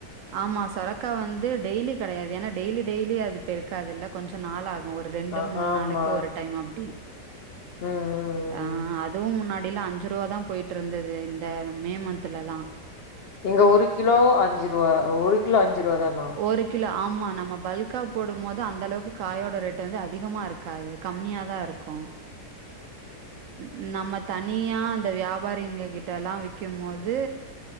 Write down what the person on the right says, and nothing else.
ஆமா சொரக்கா வந்து டெய்லி கெடையாது ஏன்னா டெய்லி டெய்லி அது பெருக்காது இல்ல கொஞ்சம் நாள் ஆகும் ஒரு ரெண்டு
மூண்
நாளுக்கு ஒரு டைம் அப்டி
ஆ அது
அதுவும் முன்னாடிலா அஞ்சுருவா தா போயிட்டு இருந்துது இந்த மே மந்த்துலலா
ஒரு கிலோ ஆமா நம்ம பல்க்கா போடும் மோது அந்த அளவுக்கு காயோட ரேட்டு வந்து அதிகமா இருக்காது கம்மியா தா இருக்கு ம் நம்மத் தனியா அந்த வியாபாரிங்க கிட்டலா விக்கும்போது